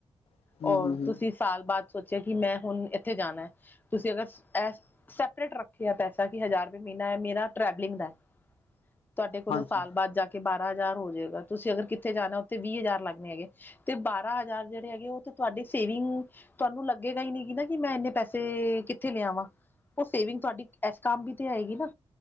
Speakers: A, on the left (about 65°); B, on the left (about 20°).
A: ਹਮ
B: ਔਰ
A: ਹਮ ਹਮ
B: ਤੁਸੀਂ ਸਾਲ ਬਾਅਦ ਸੋਚਿਆ ਕਿ ਮੈਂ ਹੁਣ ਇੱਥੇ ਜਾਣਾ ਹੈ ਤੁਸੀਂ ਅਗਰ ਇਹ ਸੈਪਰੇਟ ਰੱਖਿਆ ਪੈਸਾ ਕਿ ਹਜ਼ਾਰ ਰੁਪਏ ਮਹੀਨਾ ਐ ਮੇਰਾ ਟਰੈਵਲਿੰਗ ਦਾ ਹੈ ਤੁਹਾਡੇ ਕੋਲੋਂ
A: ਹਾਂਜੀ
B: ਸਾਲ ਬਾਅਦ ਜਾ ਕੇ ਬਾਰਾਂ ਹਜ਼ਾਰ ਹੋ ਜੇਗਾ ਤੁਸੀਂ ਅਗਰ ਕਿੱਥੇ ਜਾਨਾ ਉੱਥੇ ਵੀਹ ਹਜ਼ਾਰ ਲੱਗਣੇ ਹੈਗੇ ਤੇ ਬਾਰਾਂ ਹਜ਼ਾਰ ਜਿਹੜੇ ਹੈਗੇ ਉਹ ਤੇ ਤੁਹਾਡੇ ਸੇਵਿੰਗ ਤੁਹਾਨੂੰ ਲੱਗੇਗਾ ਹੀ ਨੀ ਕਿ ਨਾ ਕਿ ਮੈਂ ਇੰਨੇ ਪੈਸੇ ਕਿੱਥੇ ਲਿਆਵਾਂ। ਉਹ ਸੇਵਿੰਗ ਤੁਹਾਡੀ ਏਸ ਕੰਮ ਵੀ ਤੇ ਆਏਗੀ ਨਾ